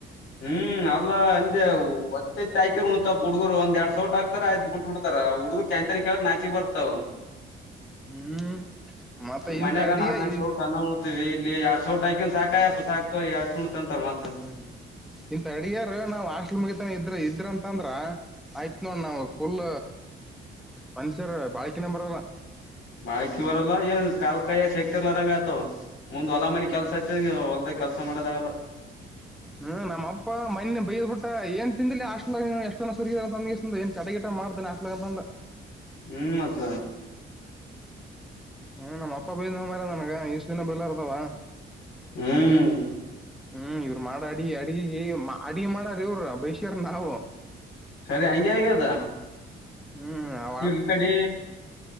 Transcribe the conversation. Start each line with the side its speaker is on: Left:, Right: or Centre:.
Left: ಹ್ಮ್ ಅಲ್ಲಾ ಅಂದೆ ಹೊತ್ತೆ ಹಾಕಿರ್ ಉಣತಪ್ ಹುಡುಗರು ಒಂದ ಎರಡ್ ಸಟ್ ಹಕ್ತಾರ ಆಯ್ತು ಬಿಟ್ಟ ಬಿಡ್ತಾರ ಹುಡುಗರು ಚ್ಯಾಂಂತನ್ ಕೇಳಕ್ ನಾಚಿ ಬರ್ತಾವ
Centre: ಹ್ಮ್ ಮತ್ತೆ
Left: ಮನೆಗೆ
Centre: ಇಂತ ಅಡಿಗೆ
Left: ನಾಟಕ
Centre: ಈ
Left: ಚೋಟ ಅಣ್ಣಅಂತಾರೆ ಇಲ್ಲಿ ಎಡ್ ಸೋಟಐಕನ್ ಸಾಕ ಅಪ್ಪ ಸಾಕ್ತು ಎ ಕು ಅಂತ
Centre: ಹ್ಮ್ ಇಂತ ಅಡಿಯಾರ ನಾವ್ ಹಾಸ್ಟಲ್ ಮುಗತಾನ ಇದ್ರ ಇದ್ರ ಅಂತಂದ್ರ ಆಯ್ತ್ ನೋ ನಾವ ಫುಲ್ ಮನ್ಷ್ಯರ ಬಾಳಕೆನ ಬರಲ್ಲ
Left: ಬಾಳಕಿ ಬರಲ್ಲ ಏನ್ ಕಾಲ್ ಕಾಯ್ಯ ಶಕ್ತಿರ್ಲ ರಂಗ ಆತ ಮುಂದ್ ಹೊಲ ಮನಿ ಕೆಲ್ಸಚ್ಚ ಹೊಲ್ದ ಕೆಲಸ ಮಾಡದಾಗಲ್ಲ
Centre: ಹ್ಮ್ ನಮ್ಮಪ್ಪ ಮನೆೆ ಬೈದ್ ಬಿಟ್ಟ ಏನ್ ತಿದ್ಲಲಿ ಅಷ್ಟ ಎಷ್ಟನ ಸುಗಿದಂತ ಏನ್ ಚಡಗಿಟ ಮಾಡ್ದನೆ ಹಾಸ್ಟಲ್ ಅಂತ ಅಂದು
Left: ಹ್ಮ್ ಮತ್ತ
Centre: ಹ್ಮ್ ನಮ್ಮ ಅಪ್ಪ ಬೈದವ ಮರ ನನಗ ಇಷ್ಟ್ ದಿನ ಬೆಲ್ಲ ಇರ್ತವ
Left: ಹ್ಮ್
Centre: ಹ್ಮ್ ಇವ್ರು ಮಾಡ ಅಡಿ ಅಡ ಅಡಗೆ ಮಾಡಾರ ಇವ್ರ ಬೇಷ್ಯಾರ ನಾವು
Left: ಸರಿ ಆಯಂಗೆೆ ಆಯಗೆ ಅದಾ
Centre: ಹ್ಮ್್ಮ
Left: ನೀ ಈ ಕಡೆ